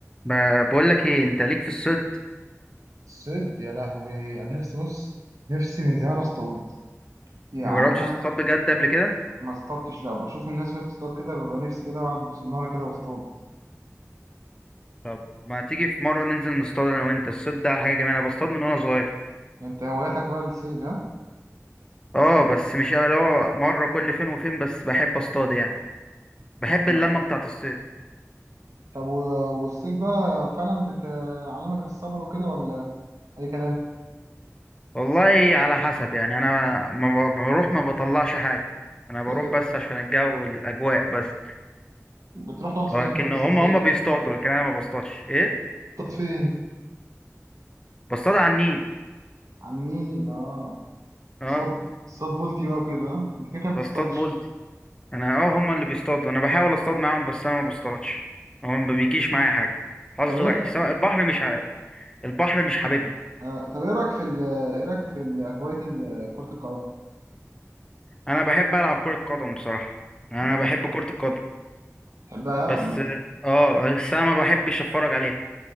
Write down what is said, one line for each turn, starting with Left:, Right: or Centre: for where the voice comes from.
Left: ما بقول لك ايه انت ليك في الصيد
Right: صيد يا لهوي انا نفسي بص نفسي من زمان اصطاد يعني
Left: ما جربتش
Right: انا
Left: تصطاد بجد قبل كده
Right: ما اصطادتش لا بشوف الناس وهي بتصطاد كده ببقى نفسي كده اقعد بسناره كده واصطاد
Left: طب ما تيجي في مره ننزل نصطاد انا وانت الصيد ده حاجه جميله انا بصطاد من وانا صغير
Right: انت هواياتك بقى الصيد ها
Left: اه بس مش قوي اللي هو مره كل فين وفين بس بحب اصطاد يعني بحب
Right: انا
Left: اللمه بتاعه الصيد
Right: طب و- والصيد بقى فعلا بتعلمك الصبر وكده ولا اي كلام
Left: والله على حسب يعني انا ما ب- ما بروح ما بطلعش حاجه انا بروح
Right: <laughs>
Left: بس عشان الجو والاجواء بس
Right: بتروح تقعد فين
Left: لكن
Right: انت بتصطاد
Left: هم
Right: فين
Left: هم بيصطادوا لكن انا ما بصطادش ايه
Right: بتصطاد فين
Left: بصطاد على النيل
Right: على النيل اه
Left: اه
Right: صاد صاد بولتي بقى وكده ها؟ انت كده كده بتصطادش
Left: بصطاد بولت انا اه هما اللي بيصطادوا انا بحاول اصطاد معاهم بس انا ما بصطادش هو ما بيجيش معايا حاجه حظ
Right: طب ايه
Left: وحش سواء البحر مش ح... البحر مش حاببني
Right: آه، طب ايه رايك في ال- ايه رايك في ال- هوايه ال- كره القدم
Left: انا بحب العب كره قدم بصراحه انا
Right: يعني بتحب
Left: بحب كره القدم
Right: بحبها
Left: بس اه بس انا ما بحبش اتفرج عليها